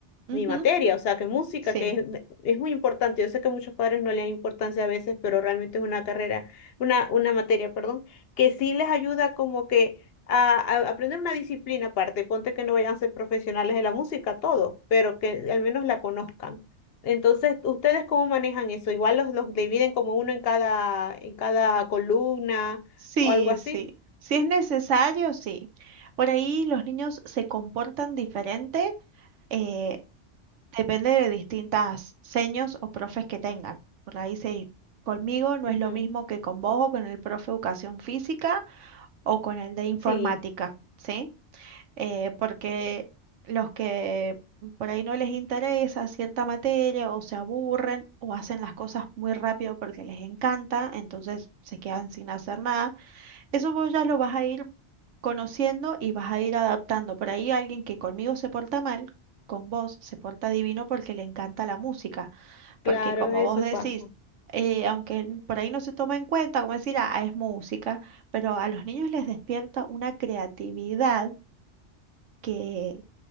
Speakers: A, on the right; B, on the left.
A: Ujú,
B: mi materia, o sea, que música,
A: Sí,
B: que es, es muy importante. Yo sé que a muchos padres no le dan importancia a veces, pero realmente es una carrera, una, una materia, perdón, que sí les ayuda como que a, a aprender una disciplina aparte. Ponte que no vayan a ser profesionales de la música, todo, pero que al menos la conozcan. Entonces, ¿ustedes cómo manejan eso? Igual los, los dividen como uno en cada, en cada columna
A: sí,
B: o algo así.
A: sí. Si es necesario, sí. Por ahí los niños se comportan diferente, eh, depende de distintas seños o profes que tengan. Por ahí se... Conmigo no
B: Ujú.
A: es lo mismo que con vos o con el profe de educación física. o con el de informática,
B: Sí,
A: ¿sí? Eh, porque los que por ahí no les interesa cierta materia o se aburren o hacen las cosas muy rápido porque les encanta, entonces se quedan sin hacer nada. Eso vos ya lo vas a ir conociendo y vas a ir adaptando. Por ahí alguien que conmigo se porta mal, con vos se porta divino porque le encanta la música
B: claro,
A: porque como
B: eso
A: vos decís,
B: pasa.
A: eh, aunque n- por ahí no se toma en cuenta, como decir, ah, es música, pero a los niños les despierta una creatividad que,